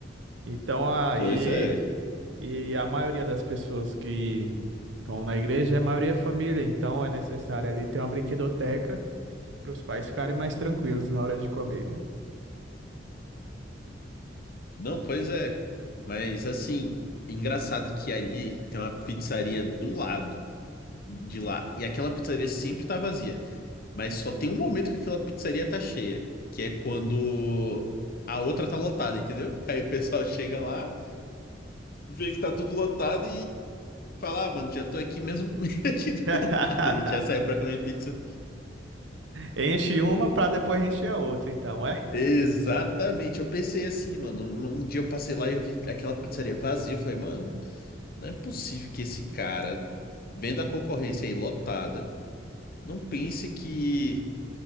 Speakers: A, on the right; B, on the left.
A: Então aí
B: Pois é.
A: E a maioria das pessoas que vão na igreja, a maioria é família, então é necessário ali ter uma brinquedoteca para os pais ficarem mais tranquilos na hora de comer, né?
B: Não, pois é. Mas assim, engraçado que ali tem uma pizzaria do lado de lá, e aquela pizzaria sempre tá vazia, mas só tem um momento que aquela pizzaria tá cheia, que é quando a outra tá lotada, entendeu? Aí o pessoal chega lá vê que tá tudo lotado e Falar, "Ah, mano, já tô aqui mesmo comigo <laughs> aqui do
A: <laughs>
B: lado. A gente já saiu pra comer pizza.
A: Enche uma para depois encher a outra, então, é?
B: Exatamente. Eu pensei assim, mano. Um, um dia eu passei lá e eu vi aquela pizzaria vazia. Eu falei, mano, não é possível que esse cara, vendo a concorrência aí lotada, não pense que,